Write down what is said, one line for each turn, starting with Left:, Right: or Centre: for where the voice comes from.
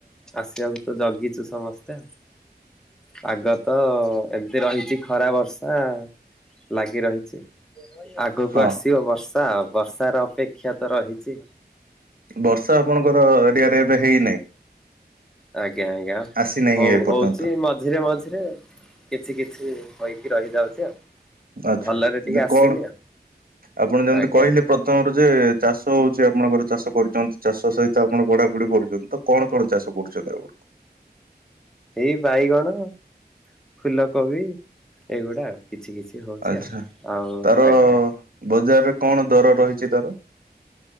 Centre: ଆସିବାକୁ ତ ଜଗିଛୁ ସମସ୍ତେ। ପାଗ ତ ଏମିତି ରହିଛି ଖରା ବର୍ଷା ଲାଗି ରହିଛି। ଆଗକୁ
Right: ହଁ
Centre: ଆସିବ ବର୍ଷା ଆଉ ବର୍ଷ ର ଅପେକ୍ଷା ତ ରହିଛି।
Right: ବର୍ଷା ଆପଣଙ୍କର ଏରିଆରେ ଏବେ ହେଇନାହିଁ।
Centre: ଆଜ୍ଞା ଆଜ୍ଞା
Right: ଆସିନାହିଁ
Centre: ହଉ
Right: ଏ ପର୍ଯ୍ୟନ୍ତ
Centre: ହଉଚ ମଝିରେ ମଝିରେ କିଛି କିଛି ହୋଇକି ରହିଯାଉଛି ଆଉ
Right: ଆଚ୍ଛା।
Centre: ଭଲରେ ଟିକେ
Right: ଯେ
Centre: ଆସିନି
Right: କଣ
Centre: ଆଉ।
Right: ଆପଣ ଯେମିତି
Centre: ଆଜ୍ଞା
Right: କହିଲେ ପ୍ରଥମରୁ ଯେ ଚାଷ ହଉଛି ଆପଣଙ୍କର ଚାଷ କରୁଛନ୍ତି ଚାଷ ସହିତ ଆପଣ ପଢାପଢି କରୁଛନ୍ତି ତ କଣ କଣ ଚାଷ କରୁଛନ୍ତି ଏଗୁକୁ
Centre: ଏଇ ବାଇଗଣ ଫୁଲକୋବି ଏଇଗୁଡା ଆଉ। କିଛି କିଛି ହଉଛି
Right: ଆଛା
Centre: ଆଉ ଆଉ
Right: ତାର
Centre: ଆଜ୍ଞା
Right: ବଜାରରେ କଣ ଦର ରହିଛି ତାର।